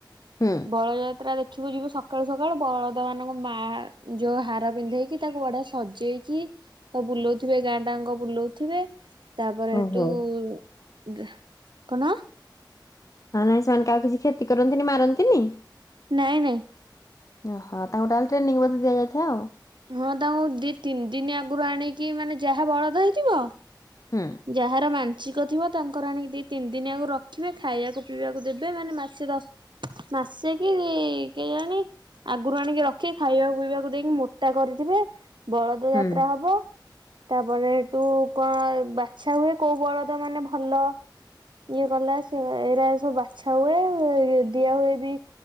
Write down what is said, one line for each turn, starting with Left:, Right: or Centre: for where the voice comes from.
Left: ହୁଁ
Right: ବଳଯାତ୍ରା ଦେଖିବୁ ଯିବୁ ସକାଳୁ ସକାଳୁ ବଳ ମାନଙ୍କ ମା ଯୋଉ ହାର ପିନ୍ଧେଇକି ତାକୁ ବଢିଆ ସଜେଇକି ସ ବୁଲଉଥିବେ ଗାଁ ଡାଙ୍କ ବୁଲଉଥିବେ ତାପରେ
Left: ଓହୋ।
Right: ସେଡୁ କଣ?
Left: ହଁ ନାଇଁ ସେମାନେ କ ଆଉ କିଛି କ୍ଷତି କରନ୍ତିନି ମାରନ୍ତିନି।
Right: ନାଇଁ ନାଇଁ।
Left: ଓହୋ ତାଙ୍କୁ ତାହେଲେ ଟ୍ରେନିଂ ବୋଧେ ଦିଆଯାଇଥାଉ।
Right: ହଁ ତାଙ୍କୁ ଦି ତିନି ଦିନ ଆଗରୁ ଆଣିକି ମାନେ ଯାହା ବଳଦ ହେଇଥିବ-
Left: ହଁ।
Right: ଯାହାର ମାନସିକ ଥିବ ତାଙ୍କର ଆଣିକି ଦୁଇ ତିନି ଦିନି ଆଗକୁ ରଖିବେ ଖାଇବାକୁ ପିଇବାକୁ ଦେବେ ମାନେ ମାସେ ଦଶ- ମାସେ କି କେଜାଣି ଆଗରୁ ଆଣିକି ରଖି ଖାଇବା ପିଇବାକୁ ଦେଇକି ମୋଟା କରିଥିବେ। ବଳଦ ଯାତ୍ରା
Left: ହୁଁ
Right: ହବ ତାପରେ ଏଠୁ କଁ ଛା ହୁଏ କୋଉ ବଳଦ ମାନେ ଭଲ ଇଏ କଲା ସେ ଏରା ସବୁ ବାଛା ହୁଏ ଦିଆ ହୁଏ ବି